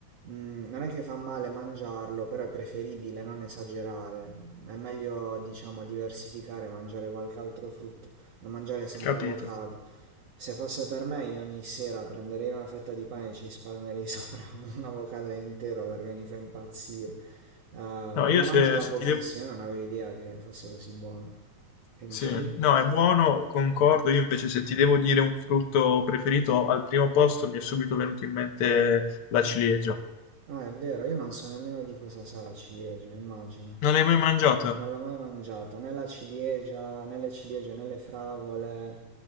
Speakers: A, on the right; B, on the left.
A: mm, non è che fa male mangiarlo, però è preferibile non esagerare. È meglio, diciamo, diversificare, mangiare qualche altro frutto, non mangiare sempre
B: capito.
A: avocado. Se fosse per me, io ogni sera prenderei una fetta di pane e ci spalmerei <laughs> sopra un avocado intero perché mi fa impazzire. Eh,
B: No,
A: e lo
B: io
A: mangio
B: se,
A: da
B: se
A: pochissimo,
B: ti devo...
A: io non avevo idea che fosse così buono. Che
B: Sì,
A: dicevi?
B: no, è buono, concordo, io invece se ti devo dire un frutto preferito, al primo posto mi è subito venuto in mente la ciliegia.
A: Ah, è vero, io non so nemmeno di cosa sa la ciliegia, immagina.
B: Non l'hai mai mangiata?
A: Non l'ho mai mangiata, né la ciliegia, né le ciliegie, né le fragole.